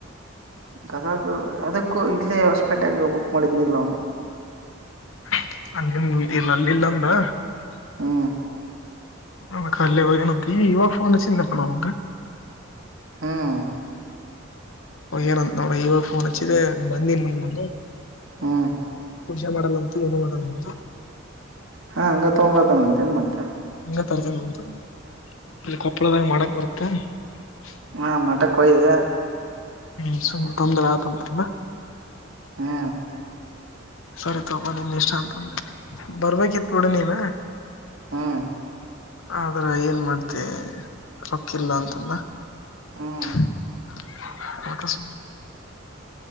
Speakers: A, on the right; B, on the left.
A: ಗದಗ ಅದಕ್ಕ ಇಲ್ಲೇ ಹೊಸ್ಪೇಟೆಗೆ ಬುಕ್ ಮಾಡಿದ್ನಿಲ್ಲ ನಾನು.
B: <unintelligible>
A: ಹ್ಮ.
B: ಅ ಕಲ್ಲ ವನ ಏನ್ ಅಂತಿ ಇವಾಗ ಫೋನ್ ಹಚ್ಚಿನಿಪ ಅವಂಗ.
A: ಹ್ಮ್.
B: ಏನುಅಂತಾನ ನೋಡ ಐವ ಫೋನ್ಚ ಬಂದಿ ನ
A: ಹ್ಮ
B: ಪೂಜೆ ಮಾಡಲ್ಲಂತೂ ಏನು ಮಾಡಲ್ಲು
A: ಹಾ ಹಂಗ ತಗೊಂಬರ್ತಾನ ಅಂತೇನ್ ಮತ್ತೆ
B: ಹಂಗ ತರ್ತದೆಂತು ಇಲ್ಲಿ ಕೊಪ್ಪಳದಾಗ ಮಾಡಕ್ ಬರ್ತ್ತ ಹ
A: ಹ್ಮ ಮಠಕ್ಯ ಹೋಗಿದ್ದೆ
B: ಹ್ಮ್ ಸುಮ್ ತೊಂದ್ರ ಆತ ತಂದ್ರ
A: ಹಾ
B: ಸರಿತಪ ನಿನ್ ಇಷ್ಟ ಅಂತಂದೆ ಬರ್ಬೇಕಿತ್ ನೋಡಿ ನೀನ್
A: ಹಾ
B: ಆದ್ರ ಏನ್ ಮಾಡ್ದ ರೊಕ್ಕಿಲ್ಲ ಅಂತಂದ
A: ಹ್ಮ್
B: <inaudible> ಆತ ಸ